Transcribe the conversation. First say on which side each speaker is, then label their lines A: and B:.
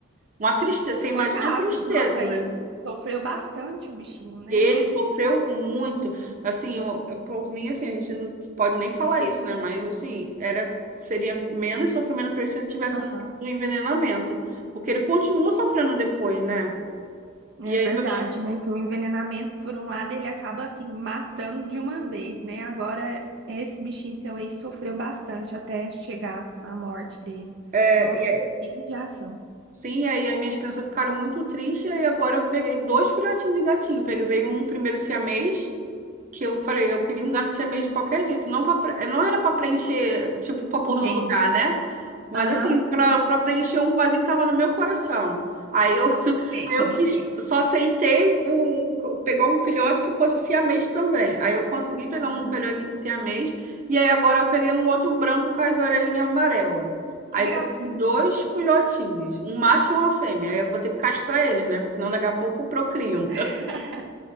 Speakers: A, on the right; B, on the right.
A: Uma tristeza. Você imagina
B: Coitado,
A: a tristeza,
B: nossa, aí
A: né?
B: sofreu bastante o bichinho, né?
A: Ele
B: Nossa,
A: sofreu muito. Assim, eu, eu- por mim, assim, a gente não pode nem falar isso, né? Mas, assim, era, seria menos sofrimento para ele se ele tivesse
B: Aham.
A: morrido do envenenamento. Porque ele continuou sofrendo depois, né?
B: é
A: E aí,
B: verdade,
A: meus,
B: né? Que o envenenamento, por um lado, ele acaba assim matando de uma vez, né? Agora, esse bichinho seu aí sofreu bastante até chegar à morte dele.
A: é,
B: Nossa, que judiação.
A: Sim, e aí as minhas crianças ficaram muito tristes, e agora eu peguei dois filhotinhos de gatinho. Peguei veio um primeiro siamês, que eu falei, eu queria um gato siamês de qualquer jeito, não, pra, pre- não era para preencher, tipo, para pôr
B: Entendi.
A: no lugar, né? Mas
B: Aham.
A: assim, para preencher um vazio que estava no meu coração. Aí eu, <laughs>
B: Sei
A: aí
B: como
A: eu quis,
B: que é.
A: só aceitei um, pegar um filhote que fosse siamês também. Aí eu consegui pegar
B: Aham.
A: um filhotinho siamês, e aí agora eu peguei um outro branco com as orelhinhas amarelas. Aí
B: Que gracinha.
A: tô com dois filhotinhos, um macho e uma fêmea. Aí eu vou ter que castrar eles, né? Porque senão daqui a pouco procriam. <laughs>
B: <laughs>